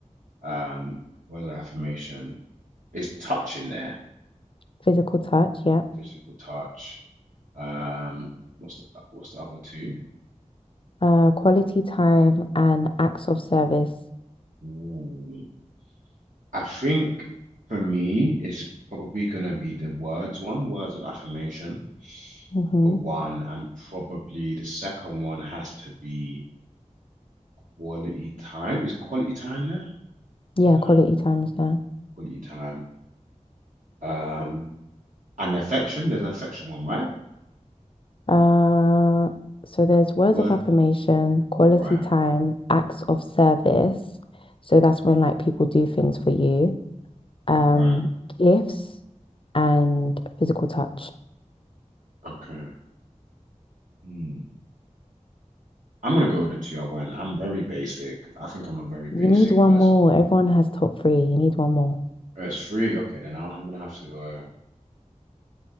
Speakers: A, on the right; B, on the left.
A: Um, words of affirmation. Is touch in there?
B: Physical touch, yeah.
A: Physical touch. Um, what's the what's the other two?
B: Uh, quality time and acts of service.
A: Ooh. I think for me, it's probably gonna be the words one, words of affirmation
B: Mm-hmm.
A: for one, and probably the second one has to be Quality time. Is quality time there?
B: Yeah,
A: Time.
B: quality time is there.
A: Quality time. Um, and affection. There's an affection one, right?
B: Uh, so there's words
A: Word.
B: of affirmation, quality
A: Right.
B: time, acts of service. So that's when like people do things for you. Um,
A: Right.
B: gifts and physical touch.
A: Okay. Hmm. I'm gonna go with the two I went. I'm very basic. I think I'm a very basic
B: You need one
A: person.
B: more. Everyone has top three. You need one more.
A: There's three. Okay, then I'll- I'm gonna have to go.